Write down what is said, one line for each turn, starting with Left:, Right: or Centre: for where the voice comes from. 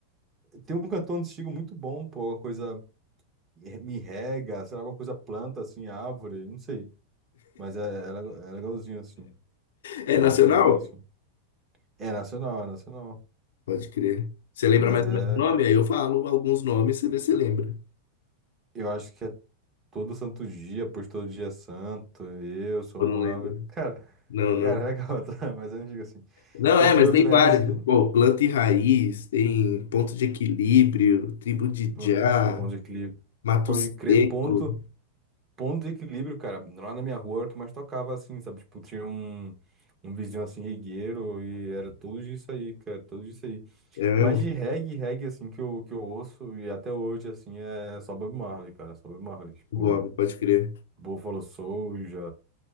Right: Tem um cantor antigo muito bom, pô. Alguma coisa. Me rega, sei lá, alguma coisa planta, assim, árvore, não sei. Mas é, é lega- é legalzinho, assim.
Left: É
Right: Mas
Left: nacional?
Right: é legalzinho, assim. É nacional, é nacional.
Left: Pode crer. Você lembra
Right: Mas
Left: mais
Right: é.
Left: ou menos o nome? Aí eu falo alguns nomes, você vê se lembra.
Right: Eu acho que é. todo santo dia, por todo dia santo, eu sou
Left: Eu
Right: um
Left: não lembro.
Right: ave. Cara,
Left: Não,
Right: cara,
Left: não.
Right: é legal, <laughs> tá? Mas eu não digo assim.
Left: Não,
Right: Tem
Left: é,
Right: aquele
Left: mas
Right: outro
Left: tem
Right: reggaezinho.
Left: vários. Pô, planta e raiz, tem ponto de equilíbrio, tribo de
Right: Pronto,
Left: já,
Right: ponto de equilíbrio.
Left: mato
Right: Pode
Left: seco.
Right: crer, ponto, ponto de equilíbrio, cara. Lá na minha rua era o que mais tocava, assim, sabe? Tipo, tinha um, um vizinho assim, regueiro, e era tudo isso aí, cara, tudo isso aí.
Left: É mesmo?
Right: Mas de reggae, reggae, assim, que eu, que eu ouço, e até hoje, assim, é só Bob Marley, cara, só Bob Marley. Tipo,
Left: Bob, pode crer.
Right: Buffalo Soldier,